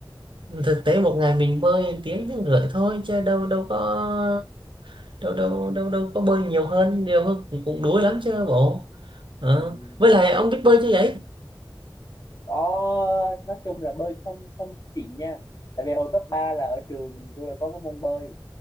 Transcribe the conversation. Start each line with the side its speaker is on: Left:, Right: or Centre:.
Right: thực tế một ngày mình bơi tiếng tiếng rưỡi thôi chứ đâu đâu có đâu đâu đâu đâu có bơi nhiều hơn nhiều hơn cũng, cũng đuối lắm chứ bộ Ờ.
Left: ừ. ừ.
Right: với lại ông biết bơi chứ vậy
Left: có nói chung là bơi không không xịn nha tại vì hồi cấp 3 là ở trường tôi là có cái môn bơi